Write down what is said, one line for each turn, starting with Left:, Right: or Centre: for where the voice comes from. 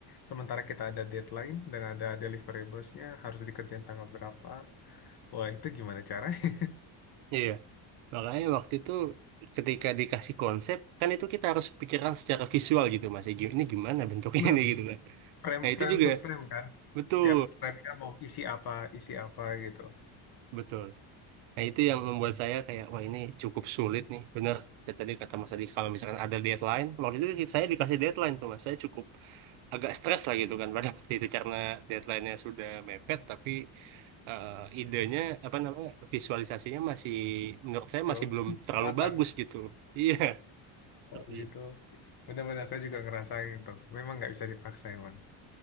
Left: sementara kita ada deadline dan ada deliverablesnya harus dikerjain tanggal berapa wah itu gimana caranya
Right: iya makanya waktu itu ketika dikasih konsep kan itu kita harus pikiran secara visual gitu mas ini gimana
Left: <laughs>
Right: bentuknya
Left: benar
Right: <laughs> ini gitu kan
Left: frame
Right: nah itu
Left: frame
Right: juga
Left: to frame kan
Right: betul
Left: setiap framenya mau isi apa isi apa gitu
Right: betul Nah, itu yang membuat saya kayak, wah ini cukup sulit nih. Bener, kayak tadi kata Mas Adi, kalau misalkan ada deadline, waktu itu saya dikasih deadline tuh Mas, saya cukup agak stres lah gitu kan <laughs> pada waktu itu karena deadline-nya sudah mepet, tapi eh, idenya, apa namanya, visualisasinya masih, menurut saya
Left: tuh
Right: masih belum
Left: <laughs>
Right: terlalu
Left: matang
Right: bagus gitu. <laughs> Iya, seperti
Left: oh gitu
Right: itu.
Left: benar-benar saya juga ngerasain tuh memang nggak bisa dipaksa emang